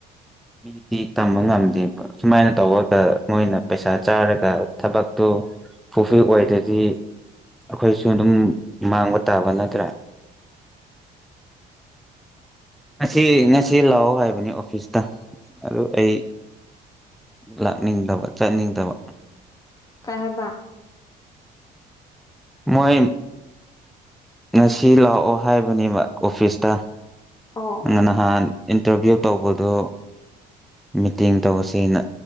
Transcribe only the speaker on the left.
ꯀꯩ ꯍꯥꯏꯕ
ꯑꯣ ꯑꯣ